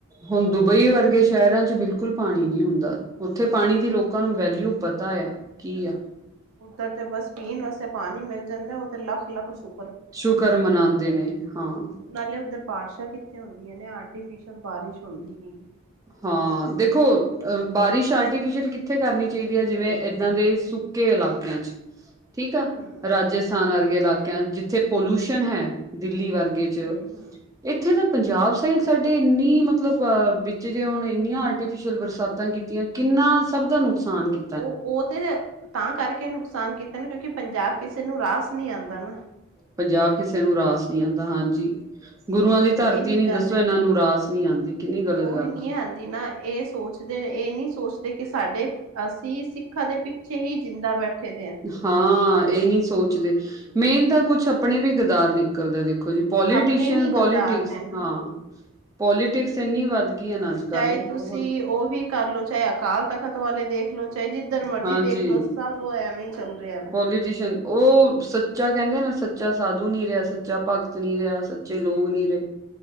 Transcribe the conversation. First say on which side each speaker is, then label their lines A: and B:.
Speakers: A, on the right; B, on the right.
A: ਹੁਣ ਦੁਬਈ ਵਰਗੇ ਸ਼ੈਰਾਂ ਚ ਬਿਲਕੁਲ ਪਾਣੀ ਨੀ ਹੁੰਦਾ। ਉੱਥੇ ਪਾਣੀ ਦੀ ਲੋਕਾਂ ਨੂੰ ਵੈਲਿਊ ਪ ਤਾ ਆ ਕੀ ਆ।
B: ਉੱਧਰ ਤੇ ਬਸ ਪੀਣ ਵਾਸਤੇ ਪਾਣੀ ਮਿਲ ਜਾਂਦਾ ਓ ਤੇ ਲੱਖ-ਲੱਖ ਸੁੱ
A: ਸ਼ੁਕਰ ਮਨਾਂਦੇ ਨੇ ਹਾਂ।
B: ਨਾਲੇ ਉੱਧਰ ਬਾਰਿਸ਼ਾਂ ਕਿੱਥੇ ਹੁੰਦੀਆਂ ਨੇ ਆਰਟੀਫਿਸ਼ਲ ਬਾਰਿਸ਼ ਹੁੰਦੀ ਹੈਗੀ।
A: ਹਾਂ ਦੇਖੋ ਅ ਬਾਰਿਸ਼ ਆਰਟੀਫਿਸ਼ਅਲ ਕਿੱਥੇ ਕਰਨੀ ਚਾਈਦੀ ਆ ਜਿਵੇਂ ਏਦਾਂ ਦੇ ਸੁ ਕੇ ਇਲਾਕਿਆਂ ਚ।
B: <inaudible>
A: ਠੀਕ ਆ
B: ਹੂੰ।
A: ਰਾਜਸਥਾਨ ਵਰਗੇ ਇਲਾਕਿਆਂ ਜਿੱਥੇ ਪੋਲੂਸ਼ਨ ਹੈ ਦਿੱਲੀ ਵਰਗੇ ਚ
B: ਹੂੰ ਹੂੰ
A: ਇੱਥੇ ਤਾਂ ਪੰਜਾਬ ਸਾਈਡ ਸਾਡੇ ਇੰਨੀ ਮਤਲਬ ਅ ਵਿਚ ਜੇ ਹੁਣ ਇੰਨੀਆਂ ਆਰਟੀਫਿਸ਼ਲ ਬਰਸਾਤਾਂ ਕੀਤੀਆਂ ਕਿੰਨਾ ਸਭ ਦਾ ਨੁਕਸਾਨ ਕੀ
B: ਓ-ਓ ਤੇ ਤਾਂ ਕਰਕੇ ਨੁਕਸਾਨ ਕੀਤਾ ਨਾ ਕਿਉਂਕਿ ਪੰਜਾਬ ਕਿਸੇ ਨੂੰ ਰਾਸ ਨੀ ਆਂਦਾ ਨਾ।
A: ਪੰਜਾਬ ਕਿਸੇ ਨੂੰ ਰਾਸ ਨੀ ਆਂਦਾ ਹਾਂਜੀ ਗੁਰੂਆਂ ਦੀ ਧਰਤੀ
B: ਇਹੀ
A: ਨੀ
B: ਗੱਲ
A: ਦੱਸੋ
B: ਹੈ
A: ਏਨਾਂ ਨੂੰ ਰਾਸ ਨੀ ਆਂਦੀ ਕਿੰਨੀ ਗਲਤ
B: ਉਹ
A: ਗੱਲ
B: ਨਹੀਂ
A: ਆ।
B: ਆਂਦੀ ਨਾ ਏ ਸੋਚਦੇ ਏ ਨੀ ਸੋਚਦੇ ਕੀ ਸਾਡੇ ਅਸੀਂ ਸਿੱਖਾਂ ਦੇ ਪਿੱਛੇ ਹੀ ਜਿੰਦਾ ਬੈਠੇ ਦੇ ਐ।
A: ਹਾਂ ਏ ਨੀ ਸੋਚਦੇ ਮੇਨ ਤਾਂ ਕੁਛ ਆਪਣੇ ਵੀ ਗਦਾਰ ਨੇ ਕਲਦਾ ਦੇਖੋ ਜੀ ਪੋਲੀਟੀਸੀਅਨ,
B: ਆਪਣੇ ਹੀ
A: ਪੋਲੀਟਿਕਸ
B: ਗੱਦਾਰ ਨੇ ਨਾ
A: ਹਾਂ ਪੋਲੀਟਿਕਸ ਇੰਨੀ ਵੱਧ ਗਈ ਹੈ ਨਾ ਅੱਜ ਕੱਲ
B: ਚਾਏ ਤੁਸੀਂ
A: ਬਹੁਤ
B: ਓ ਵੀ ਕਰਲੋ ਚਾਏ ਅਕਾਲ ਤਖ਼ਤ ਵਾਲੇ ਦੇਖ ਲੋ ਚਾਏ ਜਿੱਧਰ ਮਰਜ਼ੀ
A: ਹਾਂਜੀ
B: ਦੇਖਲੋ ਸਭ ਓ ਐਵੇਂ ਈ ਚੱਲ ਰਿਆ।
A: ਪੋਲੀਟੀਸ਼ਨ ਓ ਸੱਚਾ ਕੈਂਦੇ ਨਾ ਸੱਚਾ ਸਾਧੂ ਨੀ ਰਿਆ, ਸੱਚਾ ਭਗਤ ਨੀ ਰਿਆ, ਸ ਚੇ ਲੋਗ ਨੀ ਰੇ